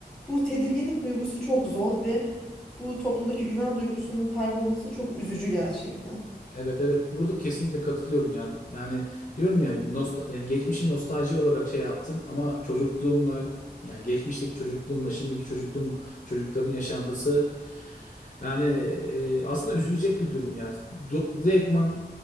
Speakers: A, in the centre; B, on the left.
A: Bu tedirginlik duygusu çok zor ve bu toplumdaki güven duygusunun kaybolması çok üzücü gerçekten.
B: evet evet burada kesinlikle katılıyorum ya. Yani diyorum ya nosta yani geçmişi nostalji olarak şey yaptım ama çocukluğumla yani geçmişteki çocukluğumla şimdiki çocukluğum çocukların yaşantısı yani e, aslında üzülecek bir durum yani. Do direktman